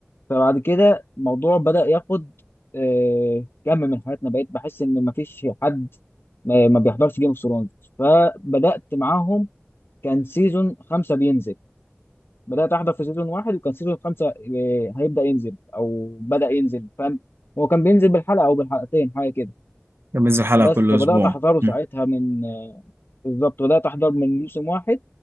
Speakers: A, on the left; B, on the right.
A: فبعد كده الموضوع بدأ ياخد آه، كم من حياتنا بقيت بحس ان مفيش حد ما ما بيحضرش جيم اوف ثرونز فبدأت معاهم كان سيزون خمسة بينزل بدأت أحضر في سيزون واحد وكان سيزون خمسة آه، هيبدأ ينزل أو بدأ ينزل فاهم هو كان بينزل بالحلقة أو بالحلقتين حاجة كده
B: كان بينزل حلقه
A: بس
B: كل
A: فبدأت
B: اسبوع
A: أحضره ساعتها
B: مم.
A: من آه، بالظبط بدأت أحضر من موسم واحد